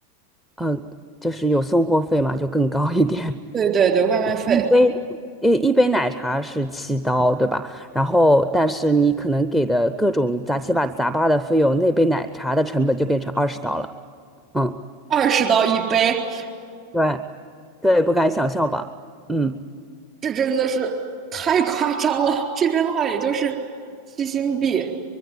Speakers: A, in the centre; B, on the right.
A: 嗯，呃就是有送货费嘛，就更高一点，
B: 对对对，外卖费
A: 一杯一一杯奶茶是七刀，对吧？然后，但是你可能给的各种杂七八杂八的费用，那杯奶茶的成本就变成二十刀了。嗯，
B: 二十刀一杯，
A: 对对，不敢想象吧？嗯，
B: 这真的是太夸张了。这边的话也就是七新币，